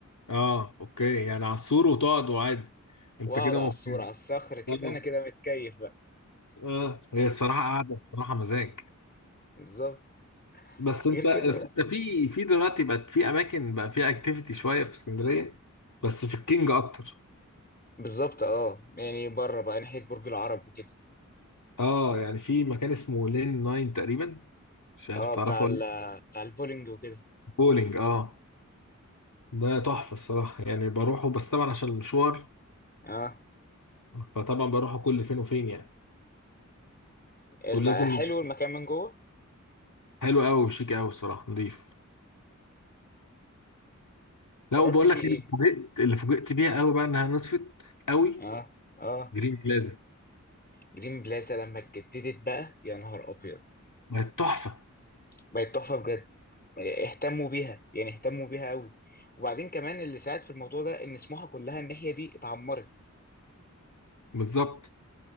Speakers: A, on the left; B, on the left.
A: اه اوكي يعني على السور وتقعد عادي انت
B: واقعد
A: كده
B: على الصورة
A: مبسوط
B: على الصخر كده
A: اه
B: انا كده متكيف بقى
A: اه هي الصراحه قاعده بصراحه مزاج
B: بالظبط
A: بس انت
B: غير كده
A: بس
B: بقى
A: انت في في دلوقتي بقت في اماكن بقى فيها اكتيفيتي شويه في اسكندريه بس في الكينج اكتر
B: بالظبط اه يعني بره بقى ناحيه برج العرب وكده
A: اه يعني في مكان اسمه لين ناين تقريبا مش عارف
B: اه
A: تعرفه
B: بتاع ال
A: ولا لا
B: بتاع البولينج وكده
A: بولينج اه ده تحفه الصراحه يعني بروحه بس طبعا عشان المشوار
B: اه
A: فطبعا بروحه كل فين وفين يعني
B: الم...
A: ولازم
B: حلو المكان من جوه
A: حلو قوي وشيك قوي الصراحه نضيف لا
B: جربت
A: وبقول
B: فيه
A: لك اللي
B: ايه
A: فوجئت اللي فوجئت بيها قوي بقى انها نصفت قوي
B: اه اه
A: جرين بلازا
B: جرين بلازا لما اتجددت بقى يا نهار ابيض
A: بقت تحفه
B: بقت تحفه بجد اهتموا بيها يعني اهتموا بيها قوي وبعدين كمان اللي ساعد في الموضوع ده ان سموحه كلها الناحيه دي اتعمرت
A: بالظبط